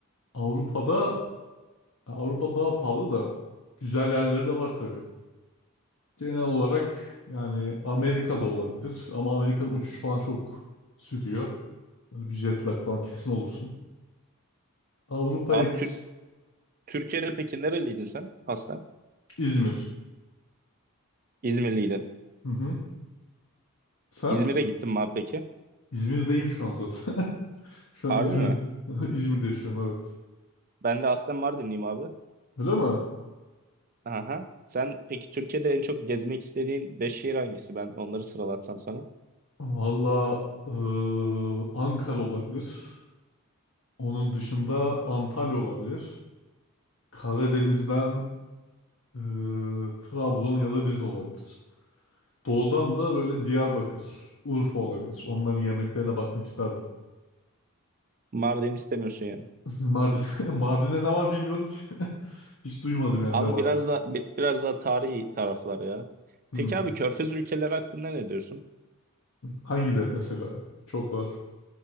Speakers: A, on the left; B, on the right.
A: Avrupa'da Avrupa daha pahalı da güzel yerleri de var tabii. Genel olarak yani Amerika'da olabilir ama Amerika'nın uçuş falan çok sürüyor. Böyle bir jet lag falan kesin olursun. Avrupa'ya
B: Abi
A: git.
B: Tür Türkiye'de peki nereliydin sen? Aslen.
A: İzmir.
B: İzmirliydin.
A: Hı hı. Sen?
B: İzmir'e gittin mi abi peki?
A: İzmir'deyim şu an zaten. <laughs> Şu
B: Harbi
A: an İzmir'im.
B: mi?
A: <laughs> İzmir'de yaşıyorum evet.
B: Ben de aslen Mardinliyim abi.
A: Öyle mi?
B: Aha. Sen peki Türkiye'de en çok gezmek istediğin 5 şehir hangisi? Ben onları sıralatsam sana.
A: Valla eee, Ankara olabilir. Onun dışında Antalya olabilir. Karadeniz'den eee, Trabzon ya da Rize olabilir. Doğudan da böyle Diyarbakır, Urfa olabilir. Onların yemeklerine bakmak isterdim.
B: Mardin istemiyorsun yani.
A: <laughs> Mardin, <laughs> Mardin'de ne var bilmiyorum ki. <laughs> Hiç duymadım yani
B: Abi
A: ne var.
B: biraz da bi- biraz daha tarihi taraflar ya.
A: Hmm.
B: Peki abi Körfez ülkeleri hakkında ne diyorsun?
A: Hangileri mesela? Çok var.